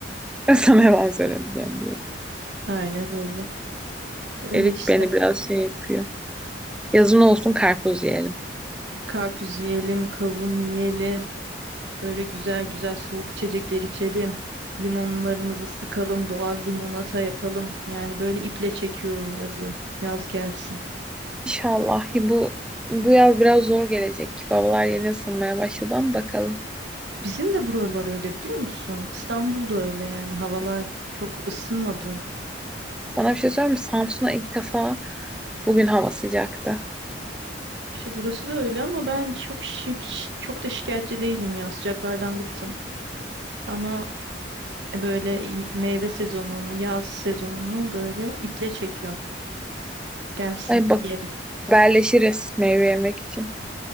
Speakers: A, in the centre; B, on the right.
A: <laughs> Sana yalan söylemeyeceğim diyor.
B: Aynen öyle. Öyle
A: Erik
B: işte.
A: beni biraz şey yapıyor. Yazın olsun karpuz yiyelim.
B: Karpuz yiyelim, kavun yiyelim. Böyle güzel güzel soğuk içecekler içelim. Limonlarımızı sıkalım, doğal limonata yapalım. Yani böyle iple çekiyorum yazı. Yaz gelsin.
A: İnşallah bu bu yaz biraz zor gelecek. Babalar yeni ısınmaya başladı ama bakalım.
B: Bizim de buralar öyle biliyor musun? İstanbul'da öyle yani havalar çok ısınmadı.
A: Sana bir şey söyleyeyim mi? Samsun'a ilk defa Bugün hava sıcaktı.
B: İşte burası da öyle ama ben çok şik- çok da şikayetçi değilim ya. Sıcaklardan bıktım. Ama böyle meyve sezonunu, yaz sezonunu böyle iple çekiyorum. Gelsin,
A: Ay bak
B: yiyelim.
A: haberleşiriz meyve yemek için.